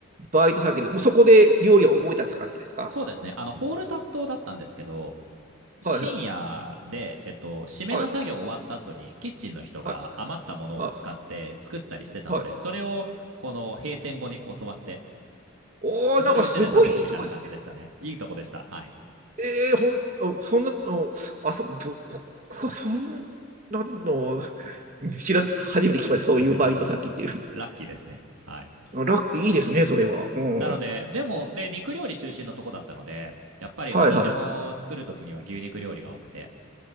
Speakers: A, on the right; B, on the right.
A: バイト先で、もうそこで料理を覚えたって感じですか
B: そうですね。あの、ホールタットだったんですけど、深夜で、
A: はいはい。
B: えっと、締めの作業終わった後に、
A: はい。
B: キッチンの人が余ったものを使って作ったりしてたので、
A: はい。はい。はい。
B: それを、この閉店後に教わって、
A: おー、
B: でそれをうちで試すみたいな感じでしたね。
A: なんかすごいいいとこですね。
B: いいとこでした。はい。
A: えー、ほん、あそんな、のあ、そ、僕はそんなの、知ら、初めて聞きました。
B: <laughs>
A: そういうバイト先っていう。
B: ラッキーですね。はい。
A: あラッキーいいですね、それは。
B: うんなので、
A: うん。は
B: でも、で、肉料理中心のとこだったので、やっぱり私も作るときには牛肉料理が多くて、
A: いはい。